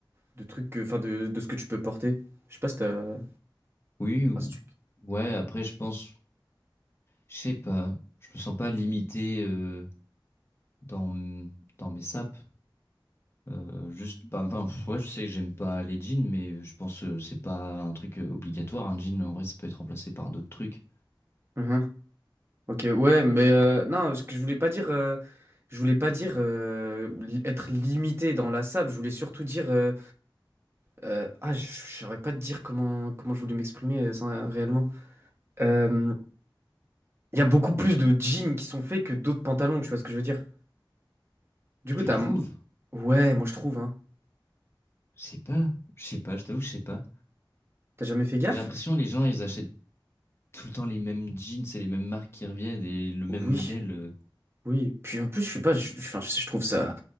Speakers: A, on the right; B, on the left.
A: de trucs que enfin de de ce que tu peux porter. Je sais pas si t'as
B: Oui, ou-
A: Parce que-
B: ouais, après, je pense, je sais pas. Je me sens pas limité euh, dans, m- dans mes sapes. Euh, juste, bah, enfin, pff, ouais, je sais que j'aime pas les jeans, mais je pense que c'est pas un truc euh, obligatoire. Un jean, en vrai, ça peut être remplacé par d'autres trucs.
A: Mhm. Ok, ouais, mais euh, non, ce que je voulais pas dire, euh, je voulais pas dire euh, li- être limité dans la sable. Je voulais surtout dire, euh, euh, ah, je je saurais pas te dire comment comment je voulais m'exprimer euh, ça, réellement. Euh, Il y a beaucoup plus de jeans qui sont faits que d'autres pantalons. Tu vois ce que je veux dire? Du coup,
B: Tu
A: t'as...
B: trouves?
A: Ouais, moi je trouve, hein.
B: Je sais pas. Je sais pas, je t'avoue que je sais pas.
A: T'as jamais fait gaffe?
B: J'ai l'impression les gens, ils achètent. tout le temps les mêmes jeans et les mêmes marques qui reviennent et le même
A: Oui,
B: modèle. euh,
A: oui. Puis en plus, je suis pas... Je, je- enfin, je je trouve ça...